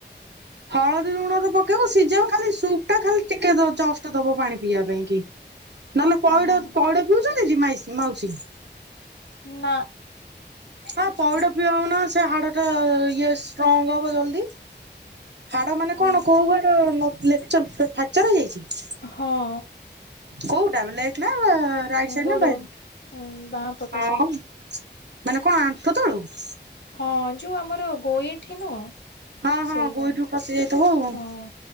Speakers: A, on the right (about 70°); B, on the left (about 70°).
A: ହଳଦୀ ଲୁଣ ତ ପକେଇବ ସିଝେଇବ ଖାଲି ସୁପ୍ ଟା ଖାଲି ଟିକେ ଦ ଚଷ୍ଟ ଦବ ପାଣି ପିଇବା ପାଇଁ କି। ନହେଲେ ପଇଡ
B: ହଁ
A: ପଇଡ ପିଉଚନ୍ତି ମାଇସି ମାଉସୀ?
B: ନା
A: ହାଁ
B: କିଛି
A: ପଇଡ
B: ଖାଇନି।
A: ପିଆଉନ ସେ ହାଡ ଟା ଇଏ ଷ୍ଟ୍ରଙ୍ଗ ହବ ଜଲଦି। ହାଡ ମାନେ
B: ହଁ
A: କଣ କୋଉ ହାଡ ଲ ଲେକ୍ଚର ଫ୍ରାକ୍ଚର ହେଇଯାଇଚି କି?
B: ହଁ।
A: କୋଉଟା ଲେଫ୍ଟ ନା ରାଇଟ୍ ସାଇଡ୍
B: ଗୋଡ
A: ନା ବା
B: ହଁ ବାଁ ପଟ
A: ହଁ
B: ସାଇଡ
A: ମାନେ କଣ ଆଣ୍ଠୁ ତଳ କୁ?
B: ହଁ ଯୋଉ ଆମର ଗୋଇଠି ନୁହଁ?
A: ହଁ ହଁ
B: ସେଇ
A: ଗୋଇଠି
B: ଯା
A: ରୁ ଖସି ଯାଇଥିବ ଆଉ
B: ହଁ